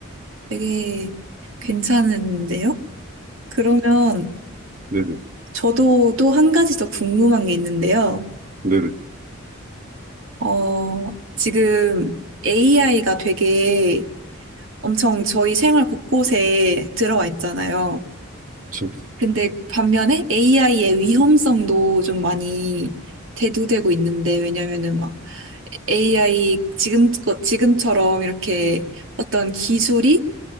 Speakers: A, on the right; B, on the right.
A: 되게 괜찮은데요? 그러면
B: 네네.
A: 저도 또 한 가지 더 궁금한 게 있는데요.
B: 네네.
A: 어, 지금 AI가 되게 엄청 저희 생활 곳곳에 들어와 있잖아요.
B: 저,
A: 근데 반면에 AI의 위험성도 좀 많이 대두되고 있는데, 왜냐면은 막 AI 지금, 지금처럼 이렇게 어떤 기술이